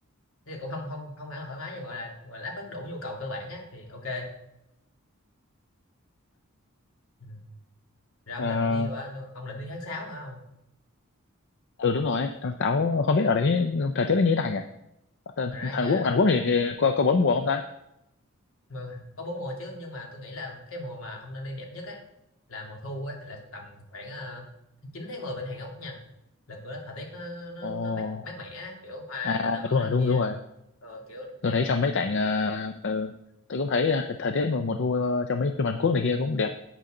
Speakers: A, on the left; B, on the left.
A: thế thì cũng không không không hẳn là thoải mái nhưng gọi là gọi là đáp ứng đủ nhu cầu cơ bản á thì ok ừ. rồi ông
B: luôn
A: định đi qua ông định đi tháng 6 hả không
B: ừ đúng rồi tháng sáu không biết ở đấy thời tiết nó như thế nào nhỉ Ở
A: Thật ra
B: Hàn
A: nha
B: Quốc Hàn Quốc thì, thì có có bốn mùa không ta
A: mà có bốn mùa chứ nhưng mà tôi nghĩ là cái mùa mà ông nên đi đẹp nhất ấy là mùa thu ấy là tầm khoảng ờ, 9 tháng 10 bên Hàn Quốc nha là cửa thời tiết nó nó,
B: ồ
A: nó mát mát mẻ á, kiểu hoa
B: à
A: nó nở
B: đúng rồi
A: này kia
B: đúng đúng rồi
A: rồi kiểu
B: tôi
A: đẹp
B: thấy
A: này
B: trong mấy cảnh ờ, ừ, tôi cũng thấy ờ, thời tiết mùa mùa thu ờ, trong mấy phim Hàn Quốc này kia cũng đẹp